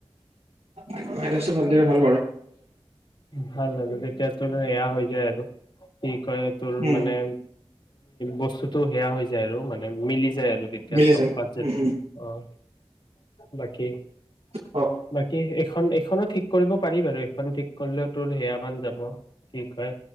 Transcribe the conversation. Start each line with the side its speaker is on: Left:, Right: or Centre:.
Right: অো ভাল-ভাল।
Left: ভাল জাগ তেতিয়া এয়া। আৰু কি কয় তোৰ
Right: উম
Left: মানে বস্তুতটো সেয়া হৈ যায় আৰু মানে মিলি যায় আৰু তেতিয়া
Right: মিলি
Left: চব
Right: যাব
Left: ব
Right: উম উম।
Left: অঁ' বাকী-বাকী।
Right: হক
Left: খন এইখনত। কৰিব পাৰি বাৰু। এইখন ঠিক কলেও তোৰ সেয়া মান যাব। কি কয়